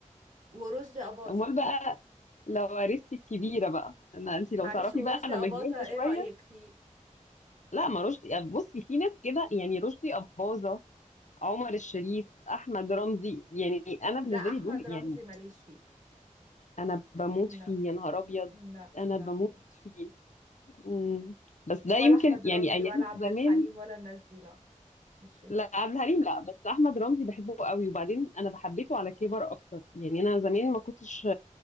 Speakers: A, on the right; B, on the left.
A: ورشدي أباظة
B: امال بقى لو عرفتي الكبيره بقى انا انت لو
A: معلش
B: تعرفي
A: ورشدي
B: بقى لما
A: أباظة
B: كبرت شويه
A: ايه رأيك فيه
B: لا ما رشدي يعني بصي في ناس كده يعني رشدي اباظه عمر الشريف احمد رمزي يعني انا بالنسبه
A: لا أحمد
B: لي دول
A: رمزي
B: يعني
A: ماليش فيه
B: انا بموت
A: لا
B: فيه يا نهار ابيض
A: لا
B: انا
A: لا
B: بموت
A: لا
B: فيه مم. بس ده
A: ولا
B: يمكن
A: أحمد
B: يعني
A: رمزي
B: ايام
A: ولا عبد
B: زمان
A: الحليم ولا الناس دي لا مش فيهم
B: لا عبد الحليم لا بس احمد رمزي بحبه قوي وبعدين انا بحبيته على كبر اكتر يعني انا زمان ما كنتش